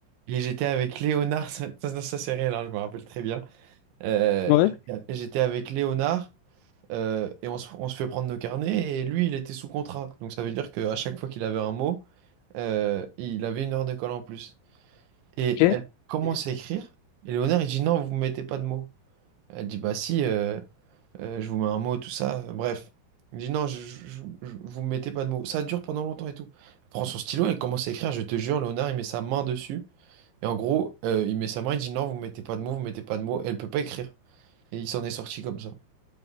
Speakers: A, on the right; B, on the left.
A: Et j'étais avec Léonard, <laughs> ça, ça, ça, c'est réel, hein, je me rappelle très bien. Euh,
B: Ouais,
A: j'étais j'étais avec Léonard euh, et on se, on se fait prendre nos carnets et lui, il était sous contrat. Donc ça veut dire qu'à chaque fois qu'il avait un mot, euh, il avait une heure de colle en plus. Et
B: ok.
A: elle commence
B: Et
A: à écrire et Léonard, il dit non, vous ne mettez pas de mots. Elle dit, bah si, euh, euh, je vous mets un mot, tout ça. euh, bref. Il dit, non, je, je, je- je- vous me mettez pas de mots. Ça dure pendant longtemps et tout. Elle prend son stylo, elle commence à écrire, je te jure, Léonard, il met sa main dessus. Et en gros, euh, il met sa main, il dit, non, vous me mettez pas de mots, vous me mettez pas de mots. Elle peut pas écrire. Et il s'en est sorti comme ça.